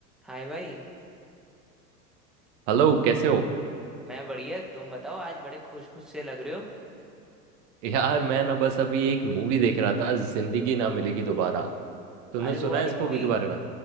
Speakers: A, in the centre; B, on the right.
A: हाय भाई
B: Hello कैसे हो
A: मैं बढ़िया तुम बताओ आज बड़े खुश खुश से लग रहे हो
B: यार मैं ना बस अभी एक मूवी देख रहा था जिंदगी ना मिलेगी दोबारा तुमने
A: अरे
B: सुना
A: वो वाली
B: है इस
A: मूवी
B: मूवी के बारे में